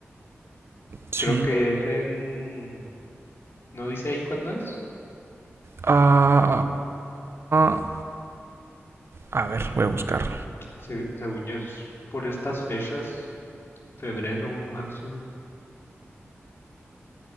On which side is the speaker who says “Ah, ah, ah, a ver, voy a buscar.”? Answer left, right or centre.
Right